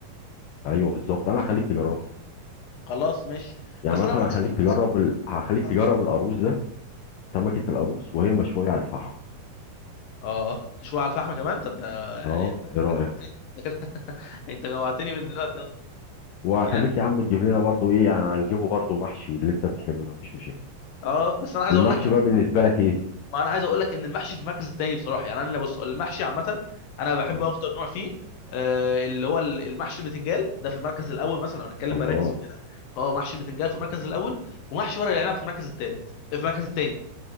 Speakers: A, on the left; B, on the left.
A: ايوه بالظبط انا هخليك تجربها
B: خلاص ماشي
A: يعني
B: بس
A: مثلا
B: انا برضه
A: هخليك
B: خلي بالك
A: تجرب ال... هخليك
B: اه
A: تجرب القاروص ده سمكة القاروص وهي مشوية على الفحم
B: اه آه. شويه على الفحم كمان طب ده يعني
A: اه
B: انت انت
A: ايه رأيك
B: جوعتني <laughs> انت جوعتني من دلوقتي أصلاً.
A: وخليك
B: يعني
A: يا عم تجيب لنا برضو ايه يعني هنجيبه برضو محشي اللي انت بتحبه ده مفيش مشاكل
B: اه بس انا عايز
A: المحشي
B: اقول لك ان
A: بقى بالنسبة لك ايه
B: انا عايز اقول لك ان المحشي في المركز التاني بصراحه يعني انا بص المحشي عامه انا بحبه
A: مم.
B: اكتر نوع فيه آه، اللي هو ال- المحشي بتنجال ده في المركز الاول مثلا لو هنتكلم
A: الله
B: مراكز وكده فهو محشي بتنجال في المركز الاول ومحشي ورق العنب في المركز الثالث في المركز الثاني